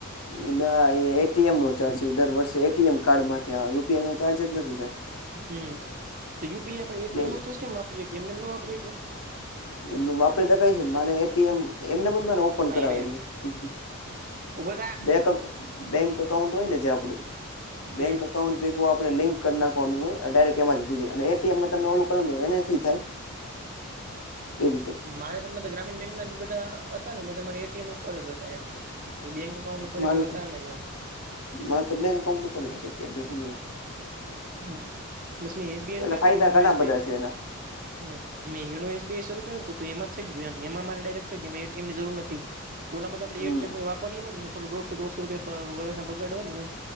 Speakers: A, on the left; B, on the right.
A: એ ના એ એ ટી એમ નો ચાર્જ છે એ દર વર્ષે એ ટી એમ કાર્ડ માંથી યુ પી આઈ ચાર્જ જ નથી કાઈ.
B: હમ્મ તો યુ પી આઈ આપડે
A: એટલે
B: એ ટી એમ હોય તો જ કેમ એમ નેમ ના વાપરી હકીએ?
A: એમનુંમ વાપરી જ હકાઈ છે ને મારે એ ટી એમ એમ નેમ જ મારે ઓપન
B: અહીંયા
A: કરાવેલું છે યુ પી
B: ઉભો થા
A: બે બેંક અકાઉન્ટ હોય ને જે આપણું?
B: હમ
A: બેંક અકાઉન્ટ ભેગું આપણે લિંક કરી નાખવાનું હોય અન ડાયરેક એમાથી થઈ જાએ અને એ ટી એમમાં તમે ઓલું કરો તો એનેથી એ થાય. એવ રીતે.
B: મારે <unintelligible> ગ્રામીણ બેંક ના જે બધા હતા ને બધા મા એ ટી એમ ઉપર જ હતા એમ. પઈ બેક અકાઉન્ટ ઉપર
A: મારું
B: કઈ
A: તો
B: હતા નઈ એમ.
A: મારે તો બેંક અકાઉન્ટ ઉપર જ છે તેબ દજે ને એક.
B: હ બસ મેં એસ બી આઈ નું
A: એટલે
B: કે
A: ફાયદા
B: ને યો ન
A: ઘણા
B: એસ
A: બધા
B: બી
A: છે એના
B: હ મેં યુનો એસ બી આઈ શરૂ કર્યું તો એમાં થઈ ગ્યું એમ એમાં ડાયક્ટ થઇગુ એમાં એ ટી એમની જરૂર નથી. ઓલામાં તો આપણે
A: હમ
B: એ ટી એમ કઈ વાપરીએ ને દોઢસો દોઢસો રૂપિયાના વરના બગાડ ને એમ.